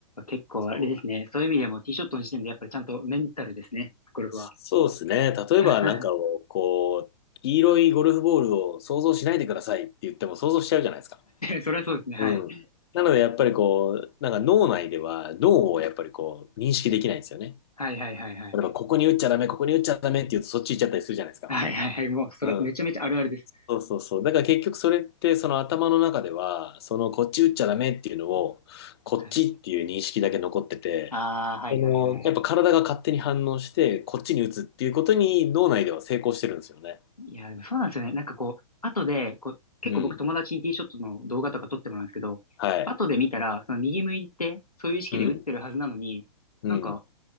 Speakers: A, on the left (about 85°); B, on the left (about 45°).
A: 結構あれですね。
B: よ。
A: そういう意味でもティーショットの時点でやっぱりちゃんとメンタルですね。ゴルフは。
B: そうですね。例えばなんかをこう、
A: <laughs>
B: 黄色いゴルフボールを想像しないでくださいって言っても想像しちゃうじゃないですか。
A: それはそうですね。はい。
B: うん。なのでやっぱりこう、なんか脳内では脳をやっぱりこう認識できないんですよね。
A: はいはいはいはい。
B: 例えばここに打っちゃダメ、ここに打っちゃダメって言うとそっち行っちゃったりするじゃないですか。
A: はいはいはい。もう、それ、
B: うん。
A: めちゃめちゃあるあるです。
B: そうそうそう。だから結局それってその頭の中では、そのこっち打っちゃダメっていうのを、こっちっていう認識だけ残ってて、
A: はい。ああ、はいはいはいはい。
B: その、やっぱ体が勝手に反応して、こっちに打つっていうことに脳内では成功してるんですよね。
A: いや、でもそうなんですよね。なんかこう、後で、こう、結構僕友達にティーショットの動画とか撮ってもらうんですけど、
B: うん。はい。
A: 後で見たら、その右向いて、そういう意識で打ってるはずなのに、
B: うん。うん。
A: なんか、